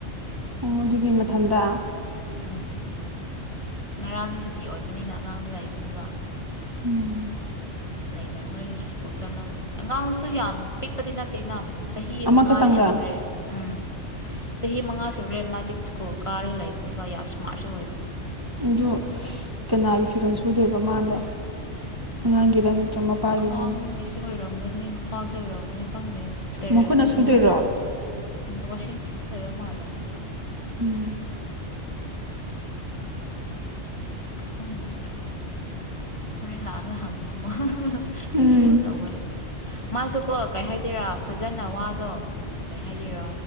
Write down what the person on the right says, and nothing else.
ꯑꯣ ꯑꯗꯨꯗꯤ ꯃꯊꯟꯇ
ꯎꯝ
ꯑꯃꯈꯛꯇꯪꯔꯥ
ꯑꯗꯨ ꯀꯅꯥꯒꯤ ꯐꯤꯔꯣꯜ ꯁꯨꯗꯦꯕ ꯃꯥꯗ ꯑꯉꯥꯡꯒꯤꯔ ꯅꯠꯇ꯭ꯔꯒ ꯃꯄꯥꯒꯤꯔ
ꯃꯈꯨꯠꯅ ꯁꯨꯗꯣꯏꯔꯣ
ꯎꯝ
ꯎꯝ